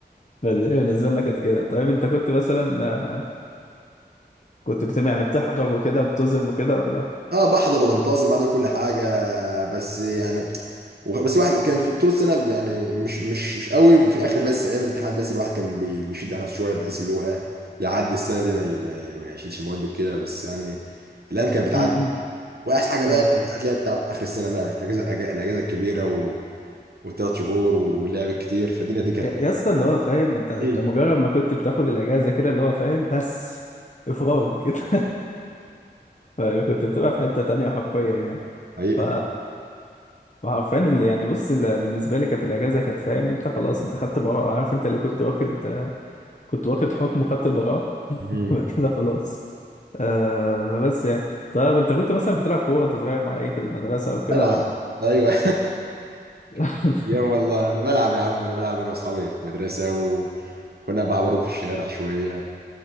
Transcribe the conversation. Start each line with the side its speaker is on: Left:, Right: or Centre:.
Left: فالدنيا بالنسبه لنا كانت كده طيب انت كنت مثلا آه، كنت بت... يعني بتحضر وكده بتظلم وكده ولا
Right: اه بحضر وبنتظم بعد كل حاجه بس يعني وخ- بس واحد كان في طول السنه يعني مش مش مش قوي في الاخر بس ايام الامتحانات بس الواحد كان بي- بيشد على نفسه شويه بحيث اللي هو ايه يعدي السنه دي ما ي- ما ي- ما يشيلش مواد وكده بس يعني الايام كانت بتعدي
Left: امم
Right: واحسن حاجه بقى
Left: ايوه
Right: الامتحانات
Left: فاهم.
Right: اللي هي بتاع اخر السنه بقى اجازه أج- الاجازه الكبيره وثلاث شهور ولعب كتير فالدنيا دي كانت
Left: يا يا اسطى اللي هو فاهم انت انت
Right: ايه
Left: مجرد ما كنت بتاخد الاجازه كده اللي هو فاهم بس افراج <laughs> كده فاهم فكنت بتبقى في حته تانية حرفيا يعني
Right: حقيقة
Left: ف وعارفين اللي يعني بص اللي بالنسبه لي كانت الاجازه كانت فاهم انت خلاص انت خدت براءه عارف انت اللي كنت واخد آه، كنت واخد حكم وخدت البراءه
Right: مم.
Left: <laughs> كده خلاص آه بس يعني طب انت كنت مثلا بتلعب كوره انت صغير مع ايه في المدرسه او كده
Right: بلعب
Left: ولا
Right: ايوه
Left: <laughs>
Right: <laughs> يا والله بلعب يا عم انا بلعب انا واصحابي في المدرسه وكنا بعبرط في الشارع شويه